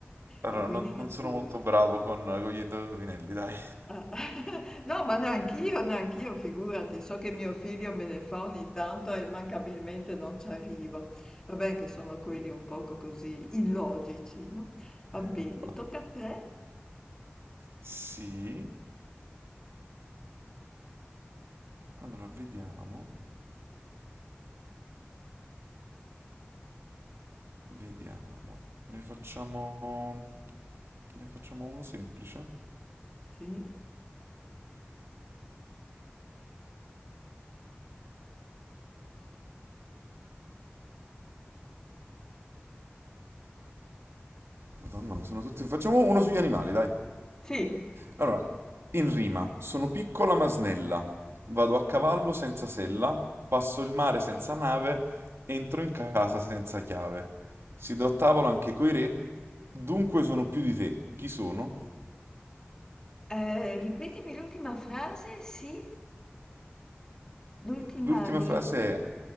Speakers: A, on the right (about 75°); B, on the left (about 15°).
A: Allora,
B: e quindi
A: non, non
B: nessuno.
A: sono molto bravo con, con gli indovinelli, dai.
B: <laughs> No, ma neanch'io, neanch'io, figurati. So che mio figlio me ne fa ogni tanto e immancabilmente non ci arrivo. Va bene che sono quelli un poco così illogici, no?
A: <laughs>
B: Va bene,
A: Infatti.
B: tocca a te.
A: Sì. Allora, vediamo, vediamo. Ne facciamo... Ne facciamo uno semplice.
B: Sì?
A: Madonna, ma sono tutti... Facciamo uno sugli animali, dai.
B: Sì.
A: Allora, in rima, sono piccola ma snella, vado a cavallo senza sella, passo il mare senza nave, entro in casa senza chiave. Siedo a tavola anche coi re, dunque sono più di te. Chi sono?
B: Eh, ripetimi l'ultima frase, sì? L'ultima
A: L'ultima
B: riga.
A: frase è,